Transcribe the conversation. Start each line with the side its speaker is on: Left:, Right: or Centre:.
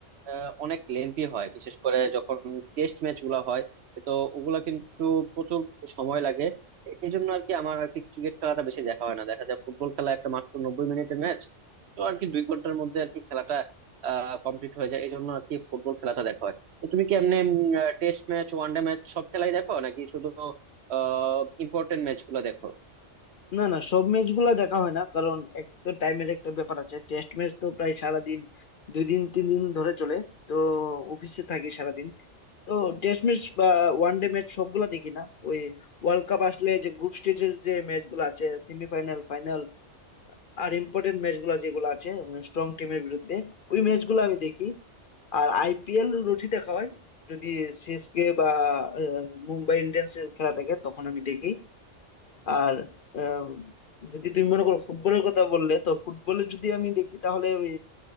Right: আহ, অনেক লেন্থি হয় বিশেষ করে যখন টেস্ট ম্যাচ গুলা হয় তো ওগুলা কিন্তু প্রচুর সময় লাগে এ- এই জন্য আর কি আমার আর কি ক্রিকেট খেলাটা বেশি দেখা হয় না দেখা যায় ফুটবল খেলা একটা মাত্র নব্বই মিনিটের ম্যাচ তো আর কি দুই ঘন্টার মধ্যে আর কি খেলাটা আহ কমপ্লিট হয়ে যায় এই জন্য আর কি ফুটবল খেলাটা দেখা হয় তো তুমি কি এমনি টেস্ট ম্যাচ ওয়ানডে ম্যাচ সব খেলাই দেখো নাকি শুধু আহ ইম্পর্টেন্ট ম্যাচ গুলা দেখো
Left: না না সব ম্যাচ গুলা দেখা হয় না কারণ এক তো টাইমের একটা ব্যাপার আছে টেস্ট ম্যাচ তো প্রায় সারাদিন দুই দিন তিন দিন ধরে চলে তো অফিসে থাকি সারাদিন তো টেস্ট ম্যাচ বা ওয়ান ডে ম্যাচ সবগুলা দেখি না ওই ওয়ার্ল্ড কাপ আসলে যে গ্রুপ স্টেজের যে ম্যাচ গুলো আছে সেমিফাইনাল ফাইনাল আর ইম্পর্টেন্ট ম্যাচ গুলা যেগুলো আছে স্ট্রং টিমের বিরুদ্ধে ওই ম্যাচ গুলো আমি দেখি আর আইপিএল রোজই দেখা হয় যদি সিএসকে বা আহ, মুম্বাই ইন্ডিয়ান্স এর খেলা থাকে তখন আমি দেখি আর আম, যদি তুমি মনে করো ফুটবলের কথা বললে তো ফুটবলে যদি আমি দেখি তাহলে ওই